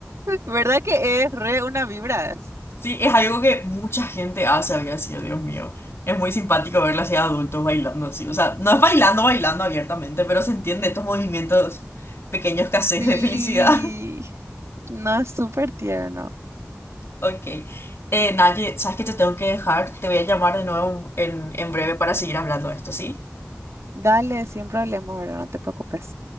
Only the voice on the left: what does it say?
Sí, es algo que mucha gente hace, había sido, Dios mío. Es muy simpático verla así a adultos bailando así. O sea, no es bailando, bailando abiertamente, pero se entiende estos movimientos pequeños que haces
de felicidad. <laughs>
Ok. Eh, Naye, ¿sabes que te tengo que dejar? Te voy a llamar de nuevo en, en breve para seguir hablando de esto, ¿sí?